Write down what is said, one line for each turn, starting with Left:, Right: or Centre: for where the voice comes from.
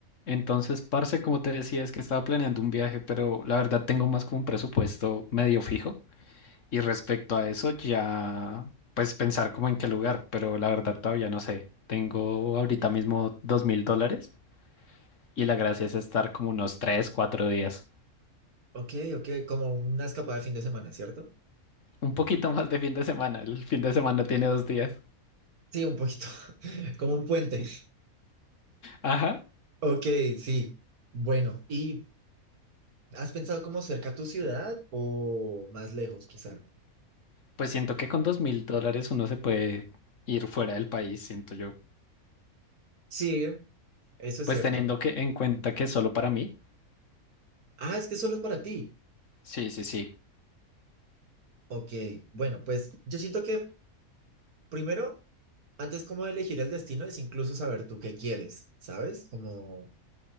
Left: Entonces, parce, como te decía, es que estaba planeando un viaje, pero la verdad tengo más como un presupuesto medio fijo. Y respecto a eso, ya pues pensar como en qué lugar, pero la verdad todavía no sé. Tengo ahorita mismo dos mil dólares y la gracia es estar como unos tres, cuatro días.
Right: Ok, ok, como una escapada de fin de semana, ¿cierto?
Left: Un poquito <laughs> más de fin de semana. El fin de semana tiene dos días.
Right: Sí, un poquito, <laughs> como un puente.
Left: Ajá.
Right: Ok, sí. Bueno, ¿y has pensado como cerca a tu ciudad o más lejos, quizá?
Left: Pues siento que con dos mil dólares uno se puede ir fuera del país, siento yo.
Right: Sí, eso es
Left: Pues
Right: cierto.
Left: teniendo que en cuenta que es solo para mí.
Right: Ah, es que solo es para ti.
Left: Sí, sí, sí.
Right: Ok, bueno, pues yo siento que primero, antes como de elegir el destino, es incluso saber tú qué quieres, ¿sabes? Como